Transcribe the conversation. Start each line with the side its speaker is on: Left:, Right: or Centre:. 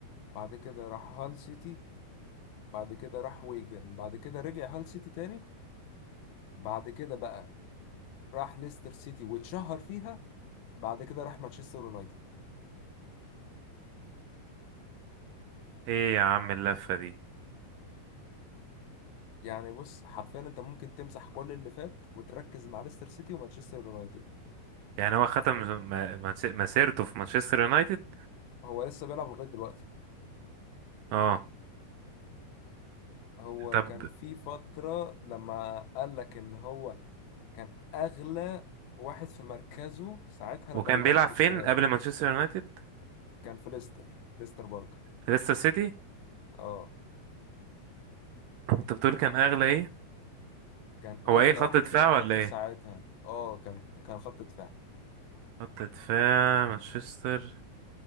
Left: بعد كده راح هال سيتي بعد كده راح ويجن بعد كده رجع هال سيتي تاني بعد كده بقى راح ليستر سيتي واتشهر فيها بعد كده راح مانشستر يونايتد
Right: ايه يا عم اللفة دي
Left: يعني بص حرفيا انت ممكن تمسح كل اللي فات وتركز مع ليستر سيتي ومانشستر يونايتد
Right: يعني هو ختم م- مس- مسيرته في مانشستر يونايتد
Left: هو لسه بيلعب لغاية دلوقتي
Right: اه
Left: هو
Right: طب
Left: كان في فترة لما قال لك ان هو كان اغلى واحد في مركزه ساعتها
Right: وكان
Left: لما اليونايتد
Right: بيلعب فين
Left: اشتراه
Right: قبل مانشستر يونايتد
Left: كان في ليستر ليستر برضه
Right: في ليستر سيتي
Left: اه
Right: انت بتقول كان اغلى ايه
Left: كان اغلى
Right: هو ايه خط
Left: واحد
Right: دفاع
Left: في مركزه
Right: ولا ايه
Left: ساعتها اه كان كان خط دفاع
Right: خط دفاع مانشستر